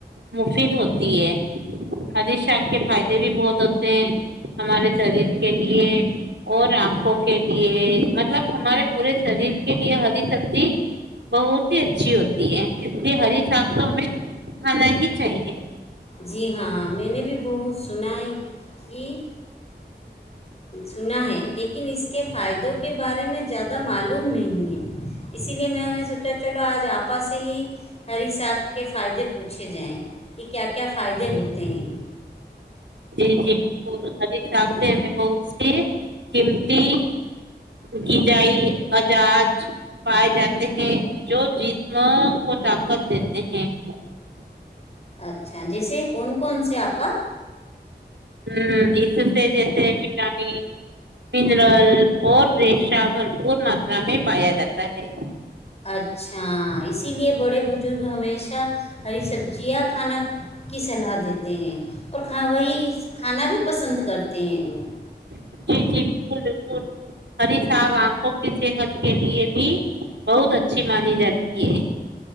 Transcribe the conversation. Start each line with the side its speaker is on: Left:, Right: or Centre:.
Right: مفید ہوتی ہے ہری شاخ کے فائدے بھی بہت ہوتے ہیں ہمارے شریر کے لیے اور آنکھوں کے لیے مطلب ہمارے پورے شریر کے لیے ہری سبزی بہت ہی اچھی ہوتی ہے اس لیے ہری سانگ تو ہمیں کھانا ہی چاہیے
Left: جی ہاں میں نے بھی بہت سنا ہے کہ سنا ہے لیکن اس کے فائدوں کے بارے میں زیادہ معلوم نہیں ہے اسی لیے میں نے سوچا چلو آج آپس ہی ہری ساگ کے فائدے پوچھے جائیں ٹھیک ہے کیا کیا فائدے ہوتے ہیں
Right: جی جی بالکل ا حساب سے ہمیں بہت سی قیمتی غذائی اجاج پائے جاتے ہیں جو جسم کو طاقت د ایک <unintelligible>
Left: اچھا جیسے کون کون سے آپا
Right: ہ اس سے جیسے وٹامن منرل اور ریشا بھرپور ماترا میں پایا جاتا ہے
Left: اچھا اسی لیے بڑے بزرگ ہمیشہ ہری سبزیاں کھانا کی صلاح دیتے ہیں اور کھ وہی کھانا بھی پسند کرتے ہیں وہ
Right: جی جی بالکل بالکل ہری ساگ آنکھوں کی صحت کے لیے بھی بہت اچھی مانی جاتی ہے